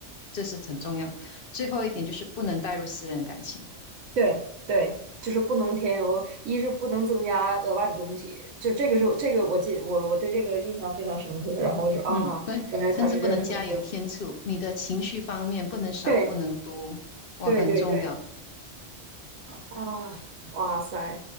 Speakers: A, on the left (about 55°); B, on the right (about 90°).
A: 这是很重要。最后一点就是不能带入私人感情，
B: 对对，就是不能添油，一是不能增加额外的东西，就这个是这个我记得我我对这个印象非常深刻，然后我就说啊，
A: 嗯，不，
B: 原来他是要这么做，
A: 甚至不能加油添醋。你的情绪方面不能少，
B: 对
A: 不能多，哇，
B: 对对对
A: 很重要。
B: 啊，哇塞，